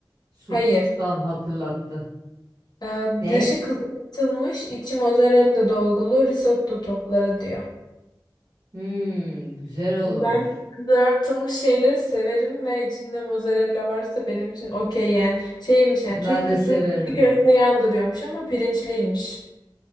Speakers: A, on the right (about 50°); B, on the left (about 60°).
A: Suptan
B: hayır.
A: hatırlattı.
B: Ee,
A: Ne?
B: dışı kızartılmış, içi mozzarella dolgulu risotto topları diyor.
A: Hmm, güzel olur.
B: Ben kızartılmış şeyleri severim ve içinde mozzarella varsa benim için okey yani şeymiş yani
A: Ben
B: Türk
A: de
B: usulü
A: severim.
B: içli köfte yandırıyormuş ama pirinçliymiş.